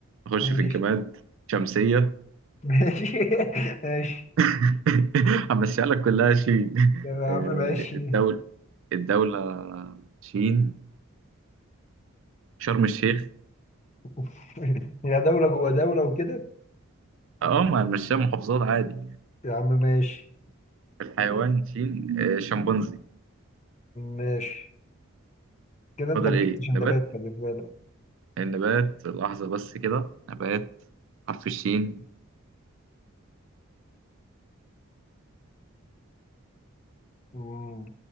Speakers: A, on the right (about 60°); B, on the left (about 30°).
A: نخش
B: ماشي
A: في الجماد شمسية
B: ماشي <laughs> ماشي
A: <laughs> همشيها لك كلها شين
B: يا عم
A: آه،
B: ماشي
A: الدولة الدولة شين شرم الشيخ
B: <laughs> يا دولة جوا دولة وكده
A: اه ما هنمشيها محافظات عادي
B: يا عم ماشي
A: الحيوان شين آه، شمبانزي
B: ماشي كده انت
A: فاضل
B: ما جبتش
A: ايه
B: النبات
A: نبات
B: خلي بالك
A: النبات لحظة بس كده نبات حرف الشين
B: مم.